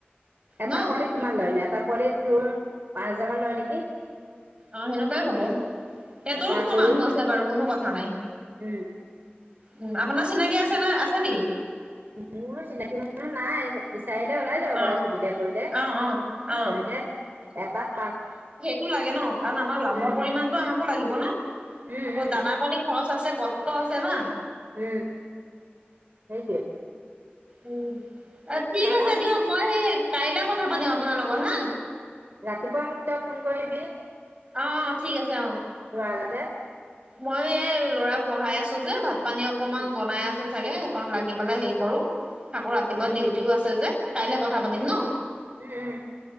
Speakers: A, on the right; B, on the right.
A: এটা
B: ন।
A: পোৱালিত কিমান লয় নে এটা পোৱালিত তোৰ পাঁচ হাজাৰ মান লয় নেকি?
B: অ সেনেকুৱাই হ'ব সেইতোৰো
A: এটা
B: মোৰ
A: সৰু
B: মানুহ আছে বাৰু কোনো কথা নাই।
A: উম
B: উ আপোনাৰ চিনাকি আছে নে আছে নেকি?
A: উ মোৰ চিনাকি মানুহ নাই। বিচাৰিলে ওলাই যাব বাৰু
B: অ
A: সুধিলে কৰিলে
B: অ অ অ
A: তেনেকে এটাত পাঁচ
B: টো লাগে ন কাৰণ আমাক লাভৰ
A: উম
B: পৰিমণটো আমাকো লাগিব না
A: উম
B: আকৌ
A: উম
B: দানা পানী খৰচ আছে কষ্ট আছে না।
A: উ সেইটোয়ে।
B: উম ঠিক
A: তই
B: আছে
A: ধৰ
B: দিয়ক মই সেই কাইলে কথা পাতিম আপোনাৰ লগত হা।
A: ৰাতিপুৱাই মোক তই ফোন কৰিবি।
B: অ অ ঠিক আছে অ।
A: যোৱা আগতে।
B: মই এই ল'ৰা পঢ়াই আছো যে ভাত পানী অকমান
A: উম
B: বনাই আছো চাগে অ লাগি পেলাই হেৰি কৰো আকৌ ৰাতিপুৱা ডিউটিও আছে যে কাইলে কথা পাতিম ন।
A: উম উম।